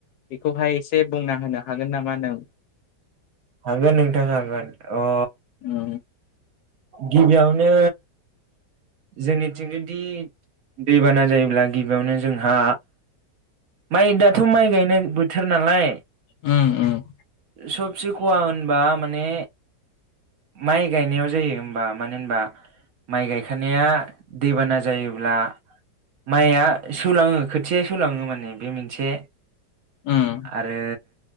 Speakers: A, on the left; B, on the right.
A: बेखौहाय एसे बुंना होनो हागोन नामा नों?
B: हागोन नोंथां हांगोन अ
A: उम
B: गिबियावनो जोंनिथिं जुदि दैबाना जायोब्ला गिबियावनो जोंहा माइ दाथ' माइ गायनाय बोथोर नालाय
A: उम उम
B: सबसे खहा होनबा माने माइ गायनायाव जायो होमबा मानो होनबा माइ गाय गायखानाया दैबाना जायोब्ला माइआ सेवलाङो खोथियाया सेवलाङो माने बे मोनसे
A: उम
B: आरो